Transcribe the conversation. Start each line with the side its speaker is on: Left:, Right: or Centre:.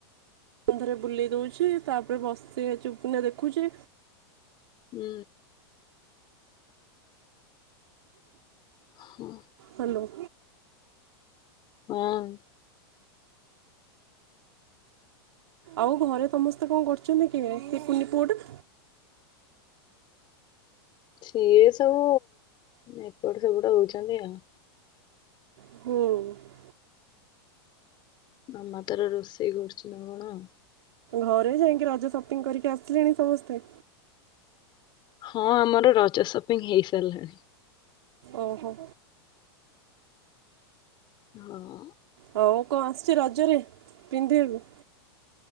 Right: ପୁଣି ଥରେ ବୁଲେଇ ଦଉଛି ତାପରେ ବସୁଚି ଚୁପ୍ କିନା ଦେଖୁଛି।
Left: ହୁଁ। ହଁ।
Right: ହ୍ୟାଲୋ।
Left: ହଁ।
Right: ଆଉ ଘରେ ସମସ୍ତେ କଣ କରୁଛନ୍ତି? ସେ କୁନି ପୁଅଟା
Left: ସିଏ ସବୁ ଏପଟ ସେପଟ ହଉଛନ୍ତି ଆଉ।
Right: ହଁ।
Left: ମାମା ତାର ରୋଷେଇ କରୁଛି ନା କଣ?
Right: ଘରେ ଯାଇକି ରଜ ସପିଂ କରିକି ଆସିଲେଣି ସମସ୍ତେ?
Left: ହଁ ଆମର ରଜ ସପିଙ୍ଗ ହେଇ ସାରିଲାଣି।
Right: ଓ ହୋ।
Left: ହଁ।
Right: ହଉ କଣ ଆସିଛି ରଜରେ ପିନ୍ଧିବୁ?